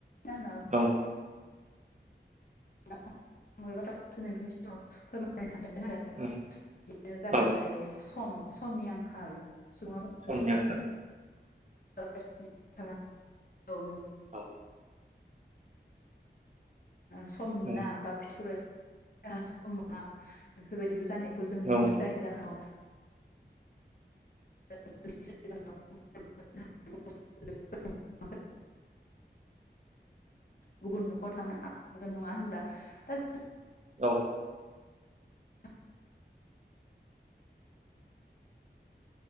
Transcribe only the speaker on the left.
जाहोनाव
ओ <unintelligible> नोंथांनि सिगांङाव फोरमायनो सानदों आरो। बिदिनो
जाहैबाय
सम समनि आंखाल सुंङांव
<unintelligible> हो
सम मोना
बा फि <unintelligible> सम मोना बेफोरबायदिबो जानाय खौ जों नुनो
मोनो जायनि जाहोनाव <unintelligible> गुबुन न'खराव थांनो हांगोन नंङा होनब्ला दा जों
<unintelligible>